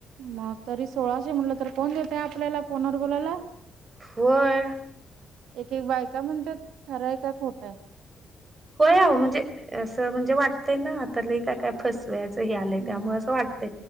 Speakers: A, on the right; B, on the right.
A: मग तरी सोळाशे म्हटलं तर कोण देतय आपल्याला फोनवर बोलाला.
B: होय
A: एक एक बायका म्हणत खरंय का खोट आहे.
B: हो या म्हणजे असं म्हणजे वाटतय ना आता लही काय काय फसवया.. आलंय
A: हं
B: त्यामुळे
A: हं
B: असं वाटत.